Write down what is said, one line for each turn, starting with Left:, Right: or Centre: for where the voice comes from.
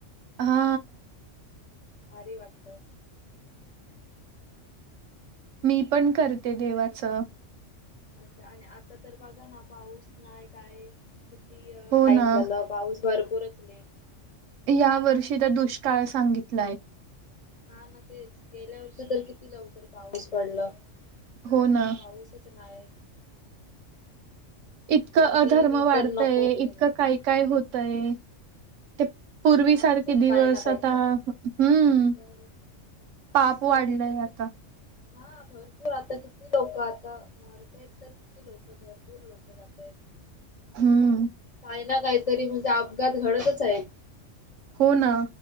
Right: हा
Left: भारी वाटतं
Right: मी पण करते
Left: आता तर
Right: देवाचं.
Left: आता आणि आता तर बघा ना पाऊस नाहीय काय किती
Right: हो
Left: टाइम
Right: ना.
Left: झालं पाऊस भरपूरच नाही
Right: या वर्षीचा दुष्काळ सांगितलाय
Left: हा ना तेच गेल्यावरती तर किती लवकर पाऊस पडला
Right: हो
Left: यंदा
Right: ना.
Left: पाऊसच नाही
Right: इतकं
Left: गरमीनी
Right: अधर्म वाढतय
Left: तर नको केला.
Right: इतकं काय काय होतय ते पूर्वीसारखे
Left: चालूच आहे
Right: दिवस
Left: काही ना काहीतरी
Right: आता हम्म
Left: बर
Right: पाप
Left: आता
Right: वाढलंय
Left: ते तर
Right: आता
Left: हा भरपूर आता किती लोक आता मारत आहेत किती लोक भरपूर लोक जात आहेत
Right: हम
Left: काही ना काहीतरी म्हणजे अपघात घडतच आहे
Right: हो ना